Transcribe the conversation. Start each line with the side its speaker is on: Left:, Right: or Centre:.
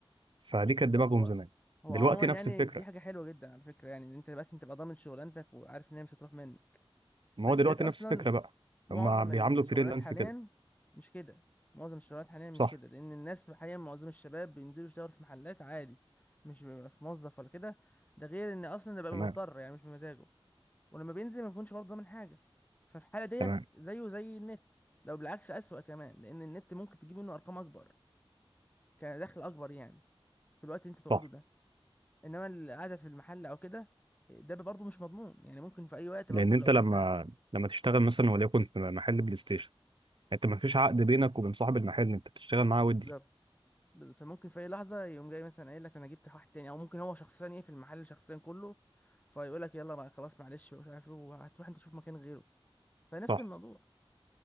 Right: فدي كانت
Left: طب
Right: دماغهم
Left: هو
Right: زمان
Left: هو
Right: دلوقتي
Left: عموما
Right: نفس
Left: يعني
Right: الفكره
Left: دي حاجة حلوة جدا على فكرة يعني ان انت بس انت تبقى ضامن شغلانتك وعارف ان هي مش هتروح منك
Right: ما
Left: بس
Right: هو دلوقتي
Left: ديت اصلا
Right: نفس الفكره بقى
Left: معظم
Right: هم بيعاملوا
Left: الشغلانات
Right: فريلانس
Left: حاليا
Right: كده
Left: مش كده معظم الشغلانات حاليا مش
Right: صح
Left: كده لان الناس حاليا معظم الشباب بينزلوا يشتغلوا في محلات عادي مش بيبقى في موظف ولا كده ده غير ان اصلا ده بقى
Right: تمام
Left: مضطر يعني مش بمزاجه ولما بينزل ما بيكونش برضه ضامن حاجة ففي الحالة ديت
Right: تمام
Left: زيه زي النت لو بالعكس أسوأ كمان لان النت ممكن تجيب منه ارقام اكبر كدخل اكبر يعني في الوقت اللي انت تقعده
Right: صح
Left: ده انما القعده في المحل او كده ده برضه مش مضمون يعني ممكن في اي وقت
Right: لان
Left: برضه
Right: انت
Left: لو
Right: لما
Left: مثلا
Right: لما تشتغل مثلا وليكن في محل بلاي ستيشن انت ما فيش عقد بينك وبين صاحب المحل انت بتشتغل معاه ودي
Left: بالظبط بال- فممكن في اي لحظه يقوم جاي مثلا قايل لك انا جبت واحد تاني او ممكن هو شخصيا ايه في المحل شخصيا كله فيقول لك يلا بقى خلاص معلش مش عارف ايه وهتروح انت تشوف مكان غيره فنفس
Right: صح
Left: الموضوع